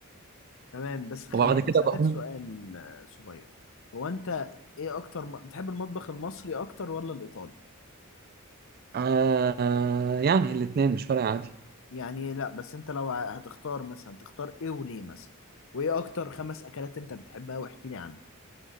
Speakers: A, on the left; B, on the right.
A: تمام بس خليني
B: وبعد كده
A: أسألك
B: بقوم
A: سؤال آه، صغير هو أنت إيه أكتر م... بتحب المطبخ المصري أكتر ولا الإيطالي
B: آه يعني الاتنين مش فارقة عادي
A: يعني لا بس أنت لو ه- هتختار مثلا تختار إيه وليه مثلا وإيه أكتر خمس أكلات أنت بتحبها واحكي لي عنهم